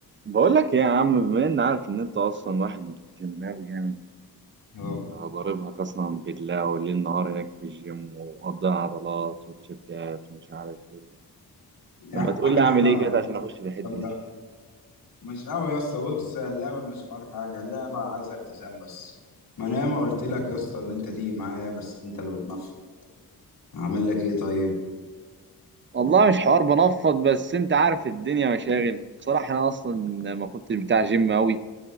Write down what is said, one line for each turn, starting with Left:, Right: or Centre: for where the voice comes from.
Right: بقول لك ايه يا عم بما ان عارف ان انت اصلا واحد جيماوي جامد
Left: اه
Right: ضاربها قسما بالله والليل نهار هناك في الجيم ومقضيها عضلات وتيشيرتات ومش عارف ايه طب
Left: يا
Right: ما تقول
Left: عم
Right: لي اعمل
Left: احنا
Right: ايه كده
Left: مالناش
Right: عشان
Left: في
Right: اخش في الحته
Left: الكلام
Right: دي
Left: ده مش قوي يا اسطى بص اللعبه مش حوار حاجه اللعبه عايزه التزام بس ما انا ما قلت لك يا اسطى اللي انت تيجي معايا بس انت اللي بتنفض هعمل لك ايه طيب
Right: والله مش حوار بنفض بس انت عارف الدنيا مشاغل بصراحة انا اصلا ما كنتش بتاع جيم قوي